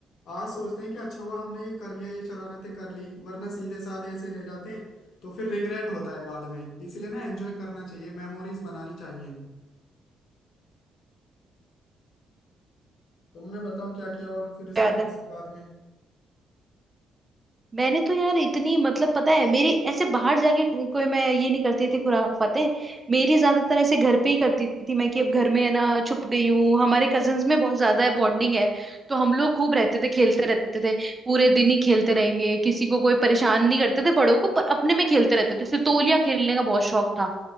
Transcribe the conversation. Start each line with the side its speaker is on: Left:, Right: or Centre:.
Left: आज सोचते हैं कि अच्छा हुआ हमने ये कर लिया ये शरारतें कर ली वरना सीधे साधे ऐसे रह जाते तो फिर रिग्रेट होता है बाद में इसलिए ना एंजॉय करना चाहिए मेमोरीज बनानी चाहिए तुमने बताओ क्या किया और फिर इसमें
Right: याद
Left: उसके
Right: है
Left: बाद में
Right: मैंने तो यार इतनी मतलब पता है मेरी ऐसे बाहर जाके कोई मैं ये नहीं करती थी खुराफातें मेरी ज्यादातर ऐसे घर पे ही करती थी मैं कि अब घर में है ना छुप गई हूँ हमारे कजन्स में बहुत ज्यादा है बॉन्डिंग है तो हम लोग खूब रहते थे खेलते रहते थे पूरे दिन ही खेलते रहेंगे किसी को कोई परेशान नहीं करते थे बड़ों को पर अपने में खेलते रहते थे सितोलिया खेलने का बहुत शौक था